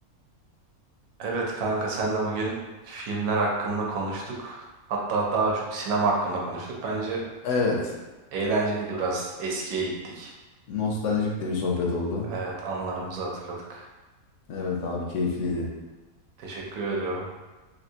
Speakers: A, on the right; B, on the left.
A: Evet kanka senle bugün filmler hakkında konuştuk. Hatta daha çok sinema hakkında konuştuk. Bence
B: Evet.
A: eğlenceliydi biraz eskiye gittik.
B: Nostaljik de bir sohbet oldu.
A: Evet anılarımızı hatırladık.
B: Evet abi keyifliydi.
A: Teşekkür ediyorum.